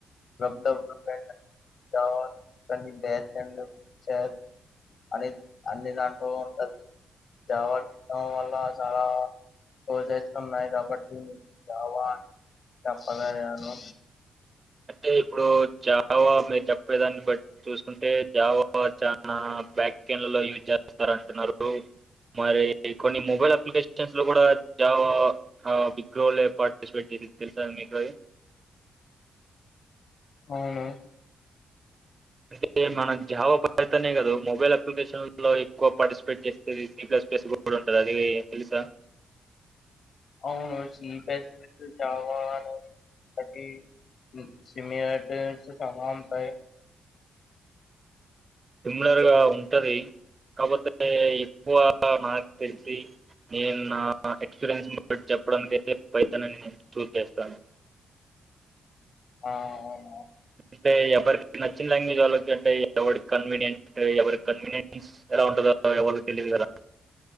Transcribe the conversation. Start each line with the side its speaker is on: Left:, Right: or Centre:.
Left: రాటన్ జావా అండ్ డేటా చెన్ అన్ని దాన్నిటిలో ఉంటది జావా తెలిస్ వాళ్ళ చాలా కోర్సెస్ ఉన్నాయి కాబట్టి జావా ఆన్ చెప్పలేను
Right: అంటే ఇప్పుడు జావా మీరు చెప్పేదాన్ని బట్టి చూసుకుంటే జావా చానా బాక్యర్డ్ లో యూజ్ చేస్తారంటున్నారు మరి కొన్ని మొబైల్ అప్లికేషన్స్ లో కూడా జావా బిజీరోలే పార్టిసిపేట్ చే సింది తెలుసా మీకు అది
Left: అవును
Right: అంటే మనం జావా పైథానే కదా మొబైల్ అప్లికేషన్ లో ఎక్కువ పార్టిసిపేట్ చేసేది స్పేస్ కూడా ఉంటది అది తెలుసా
Left: అవును సిప్లస్ ప్లస్ జావా తాకి సిమిలరిటీస్ చాలా ఉంటాయి
Right: సిమ్లర్ గా ఉంటది కాకపోతే ఎక్కువ నాక్ తెలిసి నేను నా ఎక్స్పీరియన్స్ చెప్పడానికైతే పైథోన్ చూస్ చేస్తాను
Left: ఆ అవున్
Right: అంటే ఎవరికి నచ్చిన లాంగ్వేజ్ వాళ్ళకంటే ఎవరి కన్వీనియంట్ ఎవరి కన్వీనియన్స్ ఎలా ఉంటదో ఎవరికి తెలీదు కదా